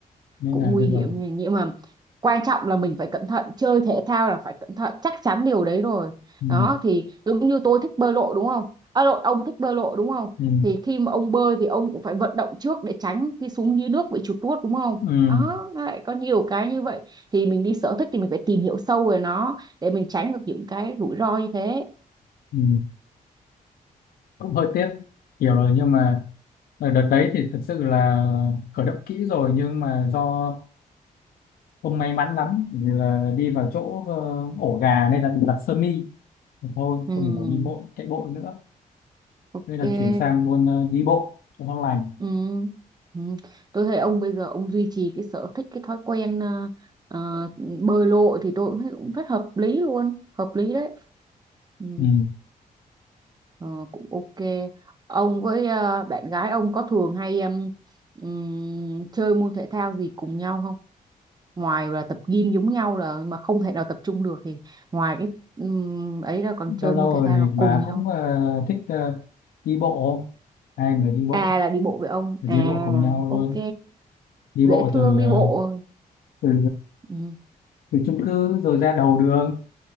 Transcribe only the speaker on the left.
nên
là
bây
giờ
ừ,
ừ,
ừ,
ừ. cũng hơi tiếc hiểu rồi nhưng mà ở đợt đấy thì thực sự là khởi động kỹ rồi nhưng mà do không may mắn lắm vì là đi vào chỗ ờ, ổ gà nên là bị lật sơ mi Thì thôi
không thể nào đi bộ chạy bộ nữa
nên là chuyển sang luôn ờ, đi bộ cho nó lành
ừ.
lâu lâu
rồi
thì
bà
cũng ờ, thích ờ, đi bộ hai người đi bộ
đi
bộ cùng nhau luôn
đi
bộ
từ
ờ,
từ
từ chung cư rồi ra đầu đường